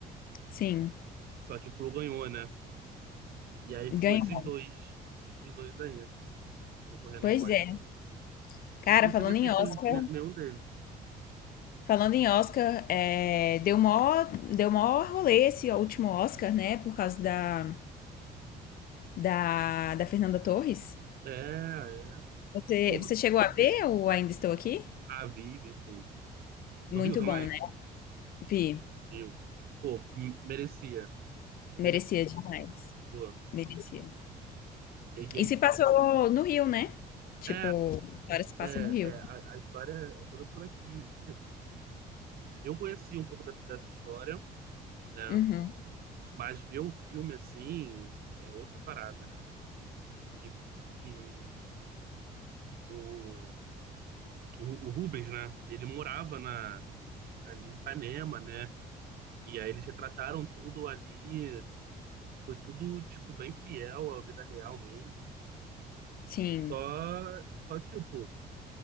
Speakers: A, on the left; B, on the right.
A: sim.
B: Só que o Flow ganhou, né? E aí ficou
A: Ganhou.
B: esses dois, esses dois aí, concorrendo
A: Pois
B: ao Oscar.
A: é. Cara,
B: Eu não
A: falando
B: cheguei a assistir
A: em Oscar,
B: os- ne- nenhum deles.
A: falando em Oscar, é, deu mó, deu mó rolê esse último Oscar, né? Por causa da, da, da Fernanda Torres.
B: É, é.
A: Você,
B: Pô,
A: você chegou a ver ou ainda estou aqui?
B: a Vive, sim. Tu
A: Muito
B: viu também?
A: bom, né? Vi.
B: Viu. Pô, m- merecia. É
A: Merecia
B: merecido
A: demais.
B: Pô.
A: Merecia.
B: E,
A: E
B: e,
A: se passou no Rio, né? Tipo,
B: é,
A: agora se passa
B: É,
A: no Rio.
B: é, a, a história é toda por aqui. Tipo, eu conheci um pouco dessa, dessa história, né?
A: Uhum.
B: Mas ver o filme assim é outra parada, né? E, e o, o, o Rubens, né? Ele morava na, em- ali em Ipanema, né? E aí eles retrataram tudo ali. Foi tudo, tipo, bem fiel à vida real mesmo.
A: Sim,
B: Só, só tipo,